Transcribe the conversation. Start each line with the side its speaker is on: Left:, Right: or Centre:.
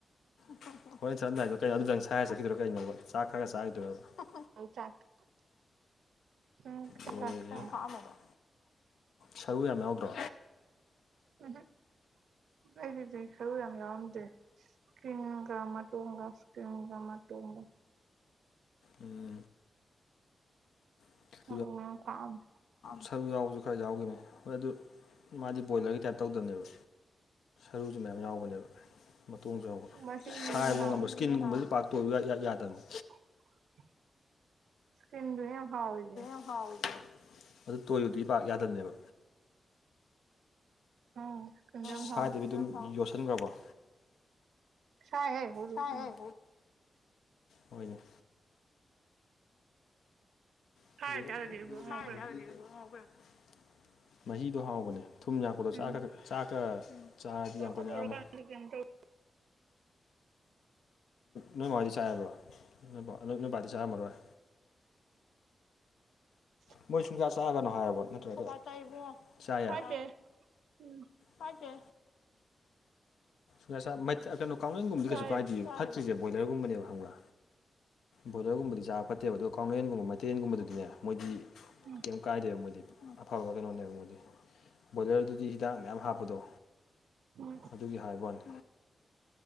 Left: ꯍꯣꯔꯦꯟ ꯆꯠꯂꯝꯗꯥꯏꯗꯨꯗ ꯀꯩꯅꯣ ꯑꯗꯨꯗꯪ ꯁꯥꯏꯔ ꯆꯠꯈꯤꯗꯣꯏꯥꯔꯣ ꯀꯩꯅꯣꯕ ꯆꯥꯛ ꯈꯔꯒ ꯆꯥꯒꯤꯗꯣꯏꯔ
Right: ꯑꯩ ꯆꯥꯛ <unintelligible> ꯎꯝ
Left: ꯂꫭꯏꯔ‌ꯦꯍ‌ꯦ
Right: ꯆꯥꯛ ꯈꯤꯇꯪ ꯀꯥꯏ
Left: ꯁꯔꯨ ꯌꯥꯝ ꯌꯥꯎꯗ꯭ꯔꯣ
Right: <unintelligible> ꯑꯩꯒꯤꯗꯤ ꯁꯥꯔꯨ ꯌꯥꯝ ꯌꯥꯎꯔꯝꯗꯦ ꯏꯁꯀꯤꯟꯒ ꯃꯇꯣꯡꯒ ꯏꯁꯀꯤꯟꯒ ꯃꯇꯣꯡꯒ
Left: ꯎꯝ <unintelligible>
Right: ꯃꯔꯨ ꯌꯥꯝ ꯈꯥꯛꯑꯝꯃꯦ
Left: ꯁꯔꯨ ꯌꯥꯎꯕꯁꯨ ꯈꯔ ꯌꯥꯎꯒꯤꯃꯤ ꯍꯣꯏ ꯑꯗꯨ ꯃꯥꯗꯤ ꯕꯣꯏꯂꯔꯒꯤ ꯇꯥꯏꯞ ꯇꯧꯗꯕꯅꯦꯕ ꯁꯔꯨꯁꯨ ꯃꯌꯥꯝ ꯌꯥꯎꯕꯅꯦꯕ ꯃꯇꯣꯡꯁꯨ ꯌꯥꯎꯕ
Right: ꯃꯍꯤꯗꯨꯅꯦ
Left: ꯁꯥꯏꯕ
Right: ꯍꯥꯎꯔꯤꯁꯦ
Left: ꯉꯝꯕ ꯏꯁꯀꯤꯟꯒꯨꯝꯕꯁꯨ ꯄꯥꯛ ꯇꫭꯏꯌꯨ ꯏꯌꯥ ꯌꯥꯗꯕꯅꯤ
Right: <unintelligible> ꯏꯁꯀꯤꯟꯗꯨꯅꯤ ꯌꯥꯝ ꯍꯥꯎꯔꯤꯁꯤ
Left: ꯍꯥꯎꯔꯤꯁꯤ ꯑꯗꯨ ꯇꯣꯏꯌꯨꯗꯤ ꯄꯥꯛ ꯌꯥꯗꯕꯅꯦꯕ
Right: ꯎꯝ ꯏꯁꯀꯤꯟꯗꯣ ꯌꯥꯝ
Left: ꯁꯥꯏꯗꯕꯤ
Right: ꯍꯥꯎꯋꯦ
Left: ꯑꯗꯨꯝ ꯌꯣꯠꯁꯤꯟꯈ꯭ꯔꯕꯣ
Right: ꯁꯥꯏꯍꯦ ꯍꯧꯖꯤꯛ
Left: ꯁꯥꯏꯍ‌ꯦ
Right: ꯎꯝ
Left: ꯍꫭꯏꯅ‌ꯦ <unintelligible>
Right: ꯐꯥꯔ ꯆꯥꯗꯗꯤ ꯏꯕꯨꯡꯉꯣ ꯑꯩꯈꯣꯏ
Left: ꯃꯍꯤꯗꯣ ꯍꯥꯎꯕꯅꯦ ꯊꯨꯝ ꯌꯥꯛꯄꯗꯣ
Right: ꯎꯝ
Left: ꯆꯥꯛ ꯆꯥꯛꯀ ꯆꯥꯔꯗꯤ
Right: ꯆꯥꯛ
Left: ꯌꯥꯝ ꯀꯟ
Right: ꯀ
Left: ꯌꯥꯛꯑꯝꯃꯣꯏ
Right: ꯇꯣꯛꯂꯀꯥꯟꯗ ꯀꯩꯅꯣ ꯇꯧ
Left: ꯅꯣꯏ ꯃꯥꯗꯤ ꯆꯥꯏ ꯍꯥꯏꯕ꯭ꯔꯣ ꯅꯣꯏꯕꯥ ꯅꯣꯏꯕꯥꯗꯤ ꯆꯥꯔꯝꯃꯔꯣꯏ
Right: ꯎꯝ
Left: ꯃꯣꯏ ꯁꯨꯡꯆꯥ ꯆꯥꯒꯅꯣ ꯍꯥꯏꯑꯣꯕ ꯅꯠꯇ꯭ꯔꯗꯤ <unintelligible> ꯆꯥꯏꯌꯦ
Right: ꯆꯥꯏꯗꯦ ꯎꯝ
Left: ꯄꯥꯏꯗꯦ ꯉꯁ ꯃꯩꯠ ꯀꯩꯅꯣ ꯀꯥꯎꯅ ꯌꯦꯟꯒꯨꯝꯕꯗꯤ
Right: ꯆꯥꯏ
Left: ꯀꯩꯁꯨ ꯀꯥꯏꯗꯦ ꯐꯠ ꯇ꯭ꯔꯤꯁꯦ ꯕꯣꯏꯂꯔꯒꯨꯝꯅꯦꯕ ꯍꯪꯕꯥ ꯕꯣꯗꯔꯒꯨꯝꯕꯗꯤ ꯆꯥꯕ ꯐꯠꯇꯦꯕ ꯑꯗꯨꯒ ꯀꯦꯟꯒꯨꯝꯕ ꯃꯦꯇꯩ ꯌꯦꯟꯟꯒꯨꯝꯕꯗꯨꯗꯤꯅꯦ ꯃꯣꯏꯗꯤ
Right: ꯎꯝ
Left: ꯀꯩꯝ ꯀꯥꯏꯗꯦꯕ ꯃꯣꯏꯗꯤ ꯑꯐꯕ ꯀꯩꯅꯣꯅꯦꯕ ꯃꯣꯏꯗꯤ ꯕꯣꯏꯂꯔꯗꯨꯗꯤ ꯍꯤꯗꯥꯛ ꯃꯌꯥꯝ ꯍꯥꯞꯄꯗꯣ
Right: ꯎꯝ
Left: ꯑꯗꯨꯒꯤ ꯍꯥꯏꯕ ꯋꯥꯅꯤ